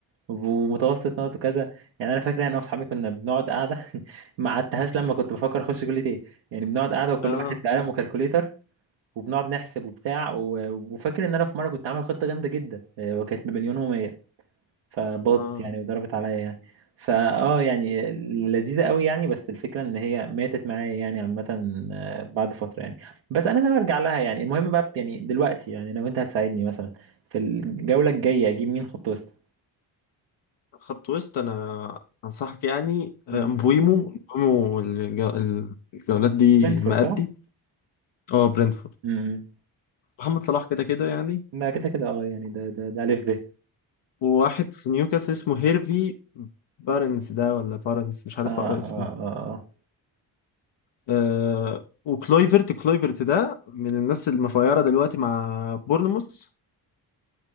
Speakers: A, on the right; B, on the left.
A: ومتوسط نقط وكذا يعني انا فاكر انا واصحابي كنا بنقعد قاعده <laughs> ما قعدتهاش لما كنت بفكر اخش كليه ايه يعني بنقعد قاعده وكل
B: اه
A: واحد بقلم وكالكوليتر وبنقعد نحسب وبتاع و... وفاكر ان انا في مره كنت عامل خطه جامده جدا آه، وكانت بمليون ومية فباظت
B: اه
A: يعني وضربت عليا يعني فا اه يعني لذيذه قوي يعني بس الفكره ان هي ماتت معايا يعني عامه آه، بعد فتره يعني بس انا ناوي ارجع لها يعني المهم بقى يعني دلوقتي يعني لو انت هتساعدني مثلا في الجوله الجايه اجيب مين خط وسط
B: خط وسط انا انصحك يعني آه،
A: مم.
B: مبويمو مبويمو الج- الجولات دي
A: فرانكفورت
B: مأدي
A: صح
B: اه برينتفورد
A: امم
B: محمد صلاح كده كده يعني
A: ده كده كده اه يعني ده ده ده الف ب
B: وواحد في نيوكاسل اسمه هيرفي بارنز ده ولا بارنز مش عارف
A: اه اه
B: اقرا اسمه
A: اه اه
B: آه وكلويفرت كلويفرت ده من الناس المفايرة دلوقتي مع بورنموث